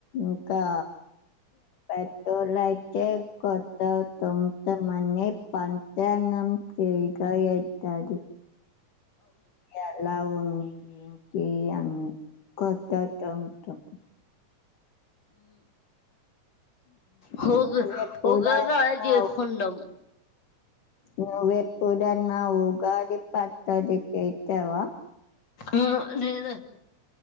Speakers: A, on the left (about 80°); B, on the left (about 35°).
A: ఇంకా పెట్రోలయితే కొత్త తొంత మ ప రంగం చేయగా ఏతదు ఎలా ఉంది ఏంటి అని కొత్త త ఉంటాం
B: ము
A: నువ్వెప్పుడన్నా
B: గ అజ ఫడాం <unintelligible>
A: నువ్వెప్పుడన్నా ఉగాది పతదిట్ట ఇతవా
B: ఆ అదేద